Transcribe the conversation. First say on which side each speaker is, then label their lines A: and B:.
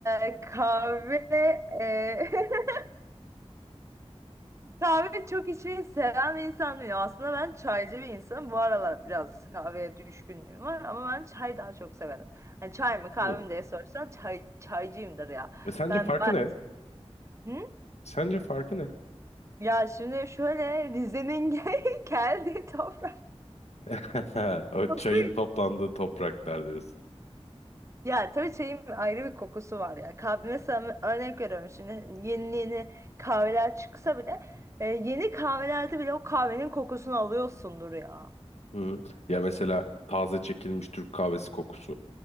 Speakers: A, on the right; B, on the left.
A: e, kahve e, <laughs> Kahve çok içmeyi seven bir insan değilim. Aslında ben çaycı
B: Hı
A: bir insanım. Bu aralar biraz kahveye düşkünlüğüm var ama ben çay daha çok severim. Hani çay mı kahve
B: hı. Hı.
A: mi diye sorsan çay, çaycıyımdır ya.
B: E, sence
A: Ben
B: farkı
A: ba-
B: ne?
A: Hı?
B: Sence farkı ne?
A: Ya şimdi şöyle Rize'nin <laughs> gel- geldiği toprak
B: <laughs> O
A: koku.
B: çayın toplandığı topraklar diyorsun.
A: Ya tabii çayın ayrı bir kokusu var ya. Kahve mesela örnek veriyorum şimdi yeni yeni kahveler çıksa bile e, yeni kahvelerde bile o kahvenin kokusunu alıyorsundur ya.
B: Hı. Ya mesela taze çekilmiş Türk kahvesi kokusu.